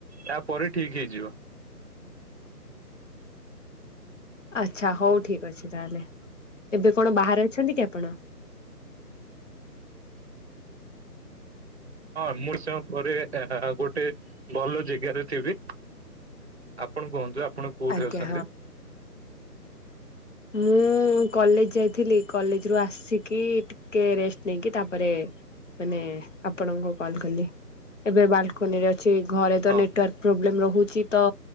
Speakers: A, on the right; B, on the left.
A: ତାପରେ ଠିକ୍ ହେଇଯିବ।
B: ଆଚ୍ଛା ହଉ ଠିକ ଅଛି ତାହେଲେ। ଏବେ କଣ ବାହାରେ ଅଛନ୍ତି କି ଆପଣ?
A: ହଁ ମୁଁ ସେୟଁ ପରେ ଏଁ ଏଁ ଏଁ ଗୋଟେ ଭଲ ଜେଗାରେ ଥିବି। ଆପଣ କୁହନ୍ତୁ ଆପଣ କୋଉଠି
B: ଆଜ୍ଞା
A: ଅଛନ୍ତି?
B: ମୁଁ। ମୁଁ କଲେଜ ଯାଇଥିଲି। କଲେଜ ରୁ ଆସିକି ଟିକେ ରେଷ୍ଟ ନେଇକି ତାପରେ ମାନେ ଆପଣଙ୍କୁ କଲ କଲି ଏବେ ବାଲକୁନିରେ ଅ ଛି। ଘରେ ତ
A: ହଁ
B: ନେଟୱାର୍କ ପ୍ରୋବ୍ଲେମ୍ ରହୁ ରହୁଚି ତ